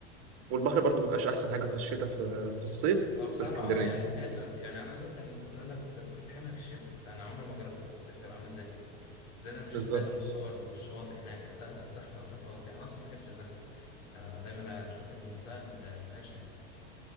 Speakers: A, on the right; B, on the left.
A: والبحر برضو مبيبقاش أحسن حاجة في الشتاء في, في الصيف
B: اه بصراحة
A: في اسكندرية
B: اه يعني الدنيا بتبقى يعني انا عاوز اقول لك ان إن انا بستزحمها في الشتاء فانا عمري ما جربت الصيف هيبقى عامل ازاي فيه زي ده انا بشوف
A: بالظبط
B: دايما الصور والشواطئ هناك لا لا زحمه زحمه فظيعه انا اصلا ما بحبش الزحمه يعني دايما اشوف المنطقه اللي ما فيهاش ناس